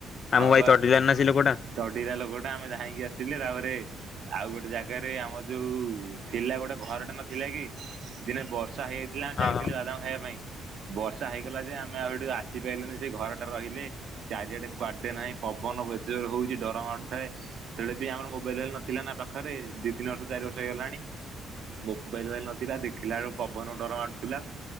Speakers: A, on the left; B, on the right.
A: ଆମକୁ
B: ହଁ
A: ଭାଇ
B: ବା
A: ତଡ଼ିଲାନି ନା ସେ ଲୋକଟା।
B: ତଡିଲା ଲୋକଟା ଆମେ ଧାଇଁକି ଆସିଲେ ତାପରେ ଆଉ ଗୋଟେ ଜାଗାରେ ଆମର ଯୋଉ ଥିଲା ଗୋଟେ ଘରଟା ନଥିଲା କି? ଦିନେ ବ ସା ହେଇଯାଇଥିଲା
A: ହଁ
B: ଯାଇଥିଲି ବାଦାମ ଖାଇବା ପାଇଁ। ବର୍ଷା ହେଇଗଲା ଯେ ଆମେ ଆଉ ଏଇଠୁ ଆସି ପାଇଲୁନି ସେ ଘର ଟା ରହିଲେ ଚାରିଆଡେ କୁଆଡେ ନାହିଁ ପବନ ଏତେ ଜୋର ହଉଛି ଡର ମାଡୁଥାଏ ତେବେଳେ ବି ଆମ <unintelligible> ନଥିଲା ନା ପାଖରେ ଦିଇ ତିନି ବର୍ଷ ଚାରି ବର୍ଷ ହେଇଗଲାଣି। ମୋବାଇଲବାଇଲ ନଥିଲା ଦେଖିଲା ବେଳୁ ପବନ ଡର ମାଡୁଥିଲା।